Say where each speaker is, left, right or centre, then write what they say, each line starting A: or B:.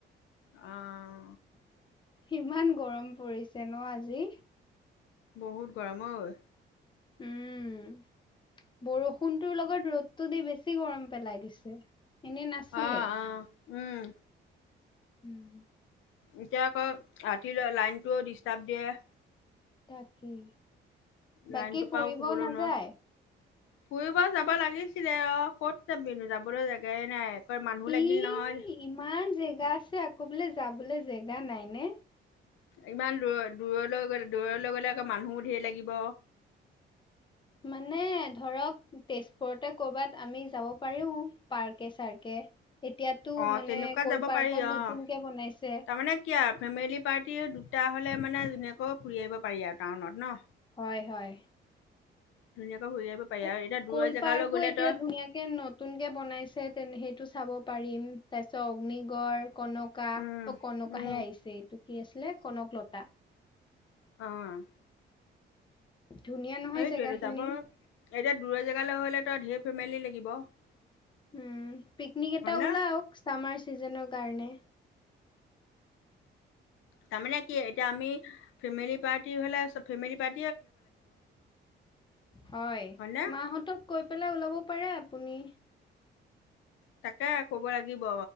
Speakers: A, on the left; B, on the left.
A: অ'।
B: ইমান গৰম পৰিছে ন আজি।
A: বহুত গৰম ঐ।
B: উম। বৰষুণটোৰ লগত ৰ'দটো দি বেছি গৰম পেলাই দিছে। এনেই নাছিলে
A: অ'- অ' উম।
B: উম।
A: এতিয়া আকৌ ৰাতি লাইনটোও ডিষ্টাৰ্ব দিয়ে।
B: তাকেই
A: লাইনটোৰ
B: বাকী ফুৰিব
A: পৰাও শুবলৈ
B: নাযায়।
A: নোৱাৰোঁ ফুৰিব যাব লাগিছিলে অ ক'ত যাবিনো যাবলৈ জেগায় নাই। মানুহ লাগিল
B: ই
A: নহয়
B: ইমান জেগা আছে, আকৌ বোলে যাবলৈ জেগা নাই নে।
A: ইমান দূৰ দূৰলৈ গ'লে দূৰলৈ গ'লে আকৌ মানুহো ধেৰ লাগিব।
B: মানে ধৰক তেজপুৰতে কৰ'বাত আমি যাব পাৰিও পাৰ্কে চাৰ্কে। এতিয়াতো
A: অ'
B: মানে
A: তেনেকুৱা
B: ক'ল
A: যাব
B: পাৰ্কত
A: পাৰি অ',
B: নতুনকে বনাইছে
A: তাৰমানে কি আৰু ফেমিলি পাৰ্টি তেতিয়াহ'লে মানে ধুনীয়াকৈ ফুৰি আহিব পাৰি আৰু টাউনত ন।
B: হয়- হয়।
A: ধুনীয়াকৈ ঘূৰি আহিব পাৰি
B: ক
A: আৰু এতিয়া দূৰৰ
B: ক'ল
A: জেগালৈ
B: পাৰ্কো
A: গ'লে
B: এতিয়া
A: তই
B: ধুনীয়াকে নতুন কে বনাইছে তে সেইটো চাব পা ৰিম, তাৰ পিছত অগ্নিগড় কনকা
A: উম
B: অ কনকাহে
A: উম
B: আহিছে এইটো কি আছি লে কনকলতা।
A: অ'।
B: ধুনীয়া নহয়
A: এইটোৱেটো
B: জেগা খিনি
A: যাব এতিয়া দূৰ জেগালৈ হ'লে তই ধেৰ ফেমিলি লাগিব হয়
B: উম, পিকনিক এটা
A: ন
B: ওলাওক চামাৰ চিজনত। কাৰণে।
A: তাৰমানে কি, এতিয়া আমি ফেমিলি পাৰ্টি হ'লে, ফেমেলি পা
B: হয়,
A: হয়নে
B: মাহঁতক কৈ পেলাই ওলাব পাৰে। আপুনি।
A: তাকে ক'ব লাগিব,